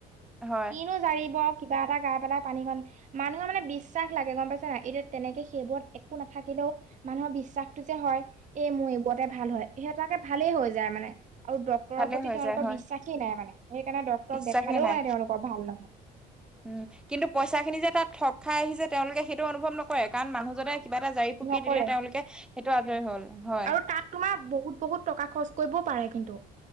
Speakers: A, in the centre; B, on the right (about 45°).
A: হয়
B: কিনো জাৰিব কিবা এটা গাই পেলাই পানী কন মানুহৰ মানে বিশ্বাস লাগে গম পাইছে নাই এতিয়া তেনেকে সেইবোৰত একো নাথাকিলেও মানুহৰ বিশ্বাস যে হয় এই মোৰ এইবোৰতে ভাল হয় সহঁতাকে ভালেই হৈ যায় মানে আৰু ড্টৰৰ
A: ভালে
B: প্ৰতি
A: হৈ
B: তেওঁলোকৰ
A: যায় হয়
B: বিশ্বাসেই নাই মানে সেইকাৰণে ডক্তৰক
A: বিশ্বাসে
B: দেখালেও
A: নাই
B: মানে তেওঁলোকৰ ভাল নহয়
A: উম কিন্তু পইচা খিনি যে তাত ঠগ খাই আহিছে তেওঁলোকে সেইটো অনুভৱ নকৰে কাৰণ মানুহজনে কিবা এটা জাৰি ফুকি
B: নকৰে
A: দিলে তেওঁলোকে সেইটো আদৰি হল হয়
B: আৰু তাত তোমাৰ বহুত বহুত টকা খৰচ কৰিবও পাৰে কিন্তু